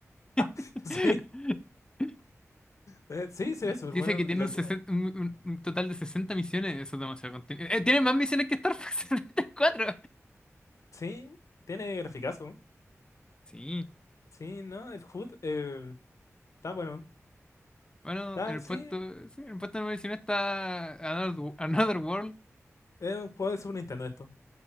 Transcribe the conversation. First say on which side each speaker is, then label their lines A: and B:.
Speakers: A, on the left (about 15°); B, on the left (about 70°).
A: <laughs>
B: <laughs> Sí, Eh, sí, se ve súper
A: Dice
B: bueno.
A: que tiene
B: Lo
A: un, 60
B: que,
A: un- un- un total de 60 misiones. Eso es demasiado contenido. Eh, tiene más misiones que Star Fox 74.
B: sí, tiene graficazo.
A: Sí.
B: Sí, ¿no? El HUD eh, está bueno.
A: Bueno,
B: Está,
A: en el
B: sí,
A: puesto, sí, en el puesto número 19 está Another, Another World.
B: es un juego de Super Nintendo esto.